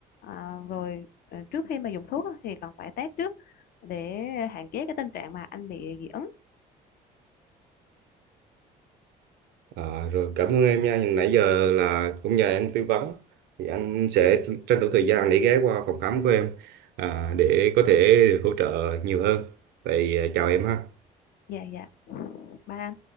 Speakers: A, on the left; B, on the right.
A: À, rồi à, trước khi mà dùng thuốc á, thì cần phải test trước để hạn chế cái tình trạng mà anh bị dị ứng
B: Ờ, rồi cảm ơn em nha. Nhưng Nãy giờ là cũng nhờ em tư vấn thì anh sẽ tranh thủ thời gian để ghé qua phòng khám của em à, để có thể được hỗ trợ nhiều hơn. Vậy à, chào em ha.
A: dạ dạ ba anh